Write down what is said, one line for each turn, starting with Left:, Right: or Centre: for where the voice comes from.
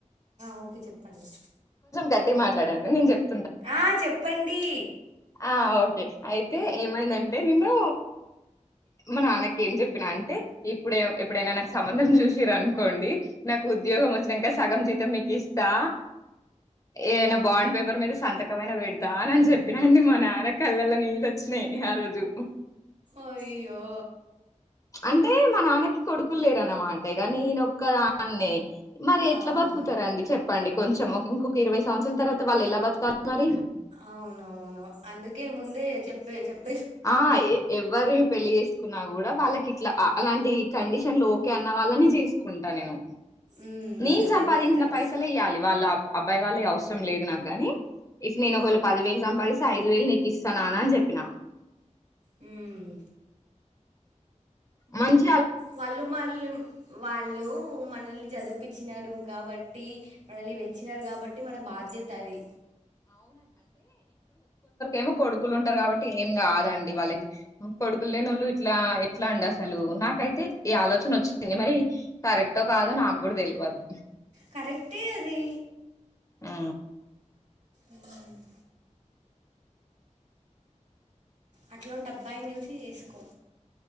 Right: ఓకే చెప్పండి
Left: కట్టి మాట్లాడడి నేను చెప్పను
Right: ఆ చెప్పండి
Left: ఆ ఓకే అయితే ఏమైందంటే నేను మా నాన్నకి ఏం చెప్ చెప్పిన అంటే ఇప్పుడే ఎప్పుడైనా నాకు సంబంధం చూసిర అనుకోండి నాకు ఉద్యోగం వచ్చినాక సగం జీతం మీకు ఇస్తా ఏదైనా
Right: మ్మ్.
Left: బాండ్ పేపర్ మీద సంతక కవ వేడి రానని చెప్పిన అండి మా నాన్న కళ్ళల్లో నిల్లొచినయ్ ఆ రోజు
Right: అయ్యో
Left: అంటే మా నాన్నకి కొడుకులు లేరున్నమాట ఇగ నేనొక్క దాన్నే మరి ఎట్లా
Right: అవును
Left: బతుకుతరండి చెప్ అండి కొంచెం ఒక ఇంకొక ఇరవై సంవత్సరాల తర్వాత వాళ్ళు ఎలా బతకాలి మరి
Right: అవును అవును అందుకే ముందే చెప్ బెజప్ <inaudible>
Left: ఆ ఏ ఎం ఎవరి పెళ్ళి చేసుకున్నా కూడా వాళ్ళకి ఇట్లా అ అలాంటి కండిషన్లు ఓకే అన్న వాళ్ళని చేసుకుంటా నేను
Right: మ్మ్.
Left: నేను
Right: అదే
Left: సంపాదించిన
Right: బెటర్
Left: పైసలే ఇయ్యాలి వాళ్ళ అబ్ అబ్బాయి వెళ్ళే అవస్. అవసరం లేదు నాకు కానీ ఇస్ ఒకవేల పదివేలు నా పైసా ఐదువేలు నీకు ఇస్తా రానా అని చెప్పిన
Right: ఉమ్మ్
Left: మంచ్
Right: వాళ్లు మల్లు వాళ్లు మనల్ని చదువుపిచ్ చినారు కాబట్టి మనల్ని పెంచినారు కాబట్టి మన బాధ్యత అది
Left: ఏమో కొడుకులు ఉంటారు కాబట్టి ఏం కాదండి వాళ్ళకి కొడుకులు లేనోళ్లు ఇట్లా ఇట్ల అండి అసలు నాకైతే ఈ ఆలోచన వచ్చింది మరి కరెక్టో కాదో నాకు కూడా తెలవదు
Right: కరెక్టే అది
Left: ఆ
Right: ఉమ్ హు అట్లోంటి అబ్బాయిని చూసి చేసుకో